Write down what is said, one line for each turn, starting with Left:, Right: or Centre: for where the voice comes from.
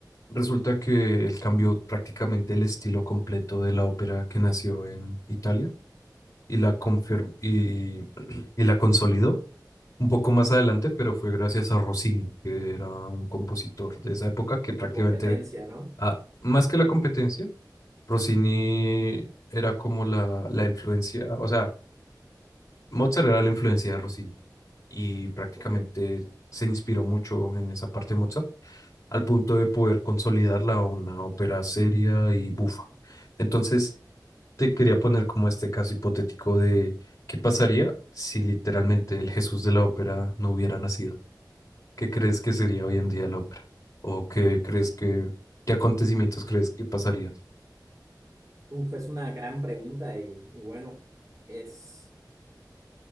Left: resulta que él cambió prácticamente el estilo completo de la ópera que nació en Italia y la confirmó y, <clears throat> y la consolidó un poco más adelante, pero fue gracias a Rossini, que era un compositor de esa época que prácticamente,
Right: tu competencia, ¿no?
Left: ah, más que la competencia, Rossini era como la, la influencia, o sea, Mozart era la influencia de Rossini y prácticamente
Right: Ok.
Left: se inspiró mucho en esa parte de Mozart, al punto de poder consolidarla a una ópera seria y bufa. Entonces, te quería poner como este caso hipotético de qué pasaría si literalmente el Jesús de la ópera no hubiera nacido. ¿Qué crees que sería hoy en día la ópera? ¿O qué crees que, qué acontecimientos crees que pasaría?
Right: Uf, es una gran pregunta y, y bueno, es,